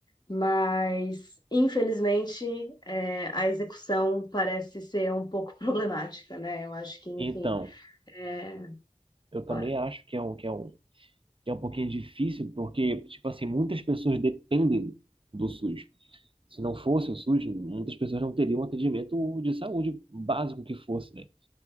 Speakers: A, on the left; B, on the right.
A: mas infelizmente é, a execução parece ser um pouco <laughs> problemática, né? Eu acho que, enfim,
B: Então,
A: eh,
B: eu também
A: bora.
B: acho que é um, que é um, que é um pouquinho difícil, porque, tipo assim, muitas pessoas dependem do SUS. Se não fosse o SUS, muitas pessoas não teriam um atendimento de saúde básico que fosse, né?